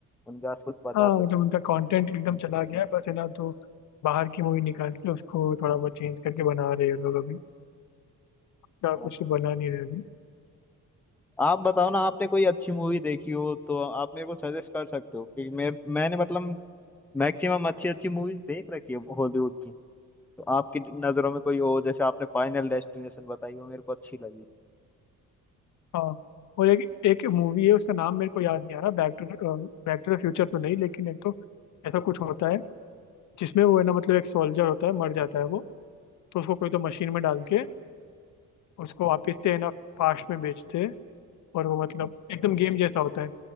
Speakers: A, in the centre; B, on the left.
A: उनके पास कुछ पता
B: हाँ
A: तो
B: मतलब उनका कंटेंट एकदम चला गया है बस है ना तो बाहर की मूवी निकाल के उसको थोड़ा बहुत चेंज करके बना रहे हैं ये लोग अभी क्या
A: है
B: कुछ तो बना नहीं रहे अभी
A: आप बताओ ना आपने कोई अच्छी मूवी देखी हो तो आप मेरे को सजेस्ट कर सकते हो क्योंकि मेरे मैंने मतलब मैक्सिमम अच्छी अच्छी मूवीज देख रखी है हॉलीवुड की तो आपकी नज़रों में कोई हो जैसे आपने फाइनल डेस्टिनेशन बताई हो मेरे को अच्छी लगी
B: हाँ और एक एक मूवी है उसका नाम मेरे को याद नहीं आ रहा back to back to the future तो नहीं लेकिन एक तो ऐसा कुछ होता है जिसमें वो है ना मतलब एक सोल्जर होता है मर जाता है वो तो उसको कोई तो मशीन में डाल के उसको वापस से है ना पास्ट में भेजते हैं और वो मतलब एकदम गेम जैसा होता है